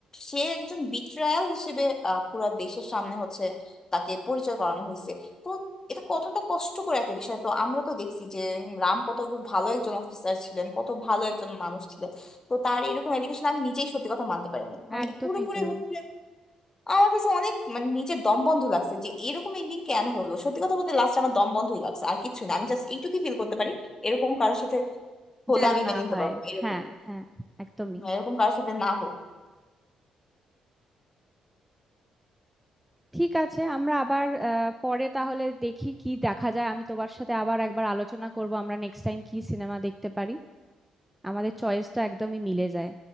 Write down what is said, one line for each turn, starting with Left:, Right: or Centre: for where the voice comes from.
Left: সে একজন বিট্রায়াল হিসেবে আহ, পুরা দেশের সামনে হচ্ছে তাকে পরিচয় করানো হয়েছে তো এটা কতটা কষ্টকর একটা বিষয় তো আমরা তো দেখছি যে রাম কত একজন ভালো একজন অফিসার ছিলেন কত ভালো একজন মানুষ ছিলেন তো তার এরকম এলিগেশন আমি নিজেই সত্যি কথা মানতে পারিনি মানে
Centre: একদমই
Left: পুরোপুরি
Centre: তাই
Left: হচ্ছে আমার কাছে অনেক মানে নিজের দম বন্ধ লাগছে যে এরকম এন্ডিং কেন হলো সত্যি কথা বলতে লাস্ট আমার দম বন্ধই লাগছে আর কিছু না আমি জাস্ট এইটুকুই ফিল করতে পারি এরকম কারোর সাথে হলে
Centre: যেন
Left: আমি
Centre: না
Left: মেনে নিতে
Centre: হয়
Left: পারবো এরকম
Centre: হ্যাঁ হ্যাঁ একদমই
Left: হ্যাঁ, এরকম কারোর সাথে না হোক
Centre: ঠিক আছে আমরা আবার আহ, পরে তাহলে দেখি কি দেখা যায় আমি তোমার সাথে আবার একবার আলোচনা করব আমরা নেক্সট টাইম কি সিনেমা দেখতে পারি আমাদের চয়েস তো একদমই মিলে যায়